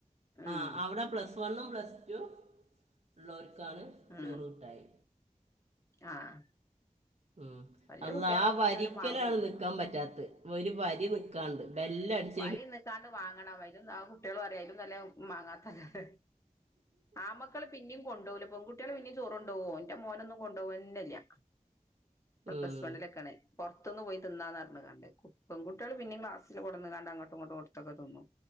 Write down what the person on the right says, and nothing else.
ആ ഹ് അവിടെ പ്ലസ് പ്ലസ്സ് വണ്ണും പ്ലസ് ടു ഉല്ലോർക്കാണ്
ചോറ് കിട്ടായി
ഉം
അള്ളാ
ആ വരിക്കലാണ്
നിക്കാ പറ്റാത്തത് ഒരു വരി നിക്കാണ്ട് ബെല്ലടിച്ച
ഉം,